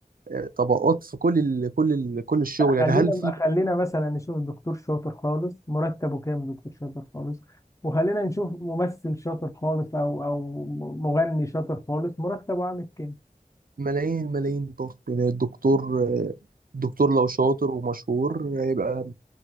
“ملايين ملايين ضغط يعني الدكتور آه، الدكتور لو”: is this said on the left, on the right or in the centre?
Right